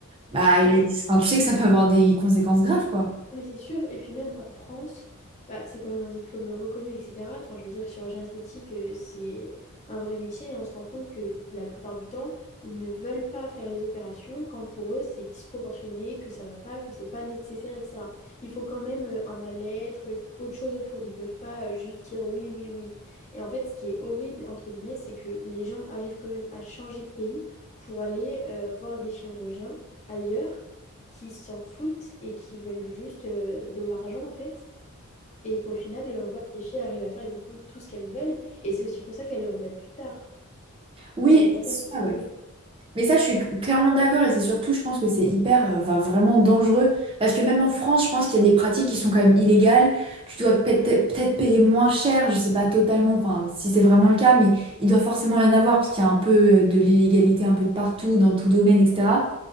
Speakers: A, on the right (about 25°); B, on the left (about 30°).
A: bah,
B: Et
A: enfin, tu sais que ça peut avoir des conséquences graves, quoi.
B: Mais c'est sûr, et puis même en France, bah, c'est quand même un diplôme reconnu, etc. Enfin, je veux dire, chirurgien esthétique, euh, c'est un vrai métier et on se rend compte que la plupart du temps, ils ne veulent pas faire les opérations quand pour eux, c'est disproportionné, que ça va pas, que c'est pas nécessaire, etc. Il faut quand même euh, un mal-être, euh, autre chose autour. Ils peuvent pas euh, juste dire oui, oui, oui. Et en fait, ce qui est horrible, entre guillemets, c'est que les gens arrivent quand même à changer de pays pour aller euh, voir des chirurgiens ailleurs qui s'en foutent et qui veulent juste euh, de l'argent en fait. Et qu'au final, euh, on voit que les filles arrivent à faire exactement tout ce qu'elles veulent. Et c'est aussi pour ça qu'elles le regrettent plus tard.
A: Oui,
B: Parce que personne
A: c'est
B: ne les a
A: ça,
B: stoppées.
A: ouais. Mais ça, je suis clairement d'accord et c'est surtout, je pense que c'est hyper, euh, va vraiment dangereux parce que même en France, je pense qu'il y a des pratiques qui sont quand même illégales. Tu dois peut-être peut-être payer moins cher, je sais pas totalement, enfin si c'est vraiment le cas, mais il doit forcément y en avoir parce qu'il y a un peu euh, de l'illégalité un peu de partout, dans tout domaine, etc.